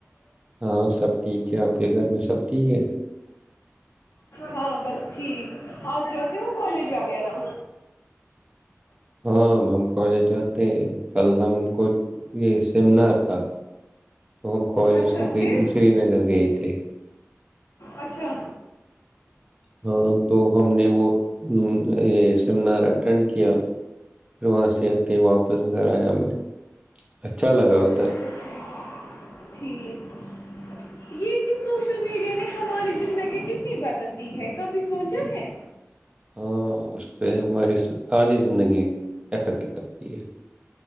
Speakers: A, on the right; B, on the left.
A: ہاں سب ٹھیک ہے آپ کے گھر میں سب ٹھیک ہے
B: ہاں بس ٹھیک آپ جاتے ہو کالج وغیرہ
A: ہاں ہم کالج جاتے ہیں کل ہم کو یہ سیمینار تھا تو ہم کالج
B: اچھا
A: سے کہ
B: پھر
A: سری نگر گئے تھے
B: اچھا
A: ہاں تو ہم نے وہ یہ سیمینار اٹینڈ کیا پھر وہاں سے آ کے واپس گھر آیا میں اچھا لگا ادھر
B: اچھا اچھا ٹھیک یہ کہ سوشل میڈیا نے ہماری زندگی کتنی بدل دی ہے کبھی سوچا ہے
A: ہاں اس پہ ہماری آدھی زندگی افیکٹ کرتی ہے